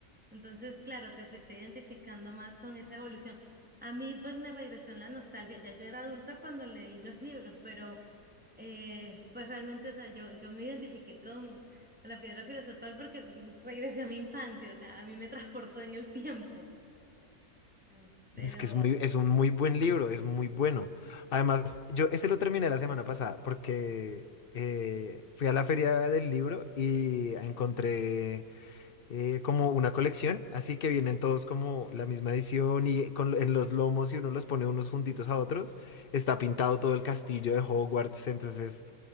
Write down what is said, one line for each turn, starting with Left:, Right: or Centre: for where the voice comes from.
Centre: Entonces, claro, te fuiste identificando más con esa evolución. A mí, pues, me regresó en la nostalgia. Ya yo era adulta cuando leí los libros, pero, eh, pues, realmente, o sea, yo, yo me identifiqué con la piedra filosofal porque mm, regresé a mi infancia, o sea, a mí me transportó en el tiempo. Mm, Pero,
Left: Es que es muy, es un muy buen libro, es muy bueno. Además, yo ese lo terminé la semana pasada porque eh, fui a la feria del libro y encontré eh, como una colección, así que vienen todos como la misma edición y con, en los lomos y uno los pone unos juntitos a otros. Está pintado todo el castillo de Hogwarts, entonces es